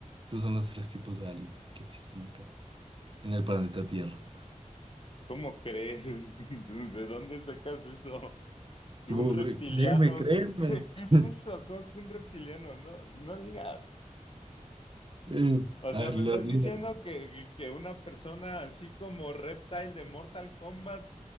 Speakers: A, on the right (about 40°); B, on the left (about 45°).
A: Esos son los tres tipos de alien que existen acá en el planeta Tierra.
B: ¿cómo crees? <laughs> ¿De dónde sacas eso? ¿Que
A: Como,
B: un reptiliano?
A: eh, créeme, créeme.
B: ¿Qué, qué- qué es
A: <laughs>
B: eso? ¿Cómo que un reptiliano? No, no digas.
A: Eh,
B: O
A: a
B: sea,
A: ver,
B: me
A: lo-
B: estás
A: lo-
B: diciendo que, que que una persona así como Reptile de Mortal Kombat